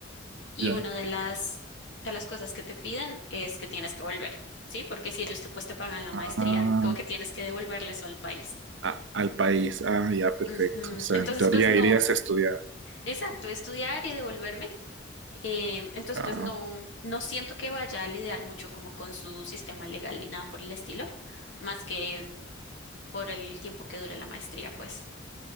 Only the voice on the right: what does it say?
ya.
Ah,
a- al país. Ah, ya, perfecto.
O sea,
en teoría
irías a estudiar.
Ah,